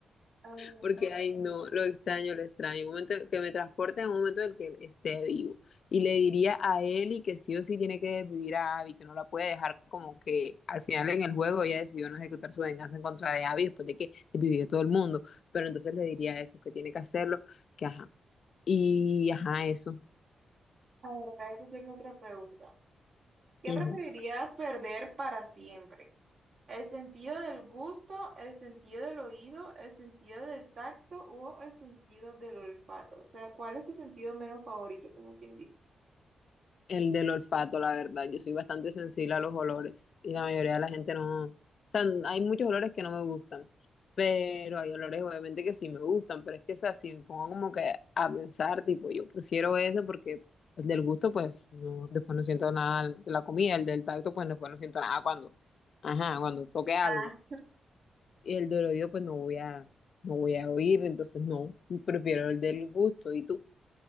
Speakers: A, on the right; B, on the left.
A: Ay,
B: Porque,
A: Dios.
B: ay, no, lo extraño, lo extraño. Un momento que me transporte a un momento en el que él esté vivo. Y le diría a Eli que sí o sí tiene que vivir a Abby, que no la puede dejar como que al final en el juego ella decidió no ejecutar su venganza en contra de Abby después de que vivió todo el mundo. Pero entonces le diría eso, que tiene que hacerlo, que ajá. Y ajá, eso.
A: A ver, acá yo te tengo otra pregunta. ¿Qué
B: Ujú.
A: preferirías perder para siempre? El sentido del gusto, el sentido del oído, el sentido del tacto o el sentido del olfato. O sea, ¿cuál es tu sentido menos favorito, como quien dice?
B: El del olfato, la verdad. Yo soy bastante sensible a los olores y la mayoría de la gente no. O sea, n- hay muchos olores que no me gustan, pero hay olores obviamente que sí me gustan, pero es que, o sea, si me pongo como que a pensar, tipo, yo prefiero ese porque el del gusto, pues, no, después no siento nada de la comida, el del tacto, pues, después no siento nada cuando, ajá, cuando toque algo.
A: Ah,
B: Y el del oído, pues, no voy a, no voy a oír, entonces no, prefiero el del gusto. ¿Y tú?